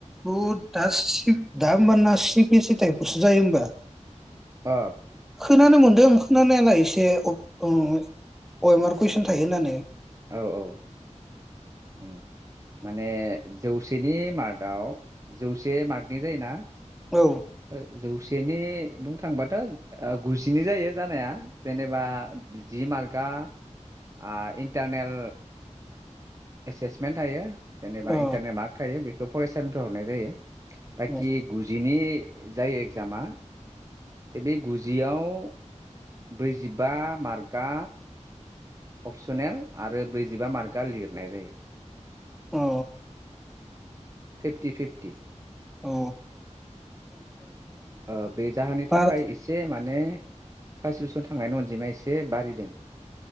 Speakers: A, in the centre; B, on the right (about 25°).
A: अ दा सि दा होमबाना सि बि सि थाइफावसो जायो होमबा।
B: ओ।
A: खोनानो मोन्दों खोनानायालाय इ से उ उम अयमार कुयसन थायो होननानै।
B: औ औ। उम। माने जौसेनि मार्टआव जौसे मार्कनि जायोना।
A: औ
B: ओ जौ सेनि बुंनो थांबाथ' ओ गुजिनि जायो जानाया जेनेबा जि मार्कआ आ इन्टारनेल एसेसमेन्ट थायो। जेनेबा
A: औ
B: इन्थारनेल मार्ख थायो बे खौ फरायसालिफ्राय हरनाय जायो। बाखि
A: औ
B: गुजिनि जाय एगजामा बे गुजियाव ब्रैजिबा मार्कआ अपसनेल आरो ब्रैजिबा मार्कआ लिरनाय जायो
A: औ
B: फिफटि फिफटि
A: अ
B: ओ बे जाहोननि
A: बार
B: थाखाय एसे माने फार्सदिबिसन थांनाय अनजिमा एसे बारिदों।